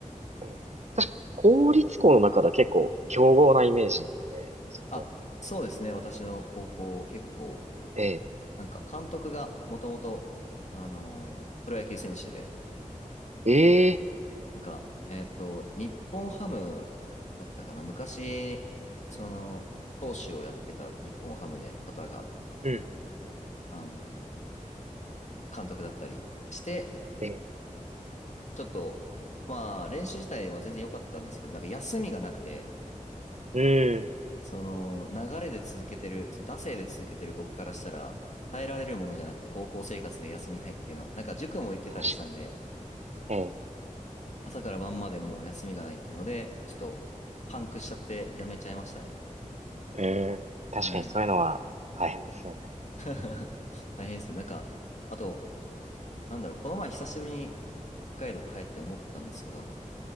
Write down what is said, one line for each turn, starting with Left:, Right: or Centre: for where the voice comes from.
Right: ええ。確か、公立校の中では結構強豪なイメージなんで、そこは。
Left: あ、そうですね、私の高校、結構、
Right: え
Left: なんか監督がもともと、あのープロ野球選手で、
Right: え、ええ。
Left: なんか、えっと、日本ハムだったかな、昔、その、投手をやってた日本ハムで、方が、
Right: うん、うん、うんうん。
Left: あの、監督だったりして、
Right: ええ、
Left: ちょっと、まあ、練習自体は全然良かったんですけど、なんか休みがなくて、
Right: うん。
Left: その、流れで続けてる、その、惰性で続けてる僕からしたら、耐えられるものじゃなくて、高校生活で休みないっていうの。なんか塾も行ってたりしたんで、
Right: 確かに。ええ
Left: 朝から晩までもう休みがないっていうので、ちょっと、パンクしちゃってやめちゃいましたね。
Right: ええ、確かにそういうのは大変ですよね。
Left: はい。<laughs> 大変ですね。なんか、あと、なんだろう、この前久しぶりに北海道帰って思ったんですけど、